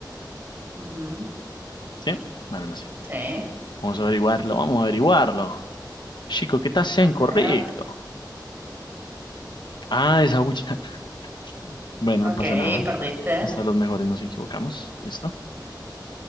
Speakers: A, on the right; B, on the left.
A: Ujú.
B: ¿Sí? Bueno, no sé.
A: Sí,
B: Vamos a averiguarlo, vamos a averiguarlo. Chico, ¿qué tal sea
A: a
B: incorrecto?
A: ver.
B: Ah, esa bucha. <laughs> Bueno,
A: Ok,
B: no pasa nada.
A: perdiste.
B: Hasta los mejores nos equivocamos. ¿Listo?